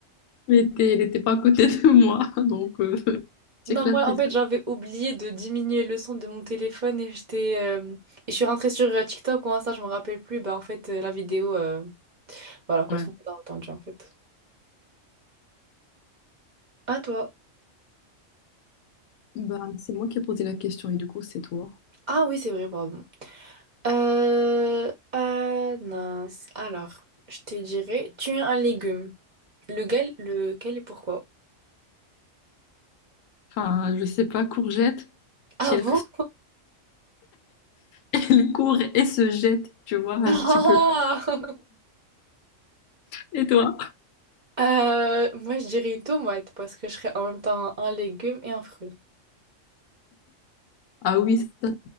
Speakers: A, on the left; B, on the right.
A: Mais t'es, elle était pas à côté de moi, <laughs> donc euh, <laughs>
B: Non,
A: j'éclatais
B: moi, en
A: de...
B: fait, j'avais oublié de diminuer le son de mon téléphone et j'étais. euh, Et je suis rentrée sur euh, TikTok ou Insta, je me rappelle plus. Bah, en fait, euh, la vidéo. euh, Voilà quoi,
A: Ouais.
B: tout le monde a entendu en fait. À toi.
A: Bah, c'est moi qui ai posé la question et du coup, c'est toi.
B: Ah oui, c'est vrai, pardon. Euh... euh, mince. Alors, je te dirais, tu es un légume. Lequel, lequel et pourquoi?
A: Enfin, je sais pas, courgette,
B: Ah
A: elle,
B: bon?
A: <laughs> elle court et se jette, tu vois, un
B: <laughs>
A: petit peu. Et toi?
B: Ah Euh, moi, je dirais une tomate parce que je serais en même temps un légume et un fruit.
A: Ah oui, ça te